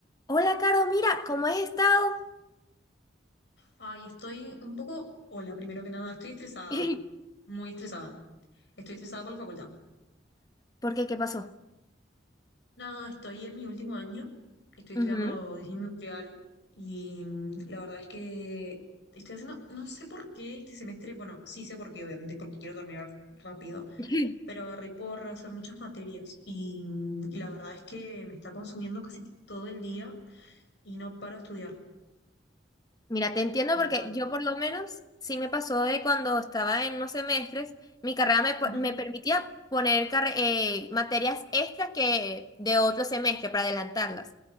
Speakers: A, on the left; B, on the left.
A: Hola, Caro, mira, ¿cómo has estado?
B: Ay, estoy un poco, hola, primero que nada, estoy estresada,
A: <laughs>
B: muy estresada. Estoy estresada por la facultad.
A: ¿Por qué? ¿Qué pasó?
B: Nada, estoy en mi último año, estoy estudiando
A: Ujú.
B: diseño industrial y mm, la verdad es que estoy haciendo, no sé por qué este semestre, bueno, sí sé por qué, obviamente es porque quiero terminar rápido,
A: <laughs>
B: pero agarré por hacer muchas materias y mm, la verdad es que me está consumiendo casi todo el día y no paro de estudiar,
A: Mira, te entiendo
B: no
A: porque
B: paro.
A: yo por lo menos sí me pasó de cuando estaba en unos semestres, mi carrera me, po-
B: Ujú,
A: me permitía poner carre- eh, materias extras que de otro semestre para adelantarlas.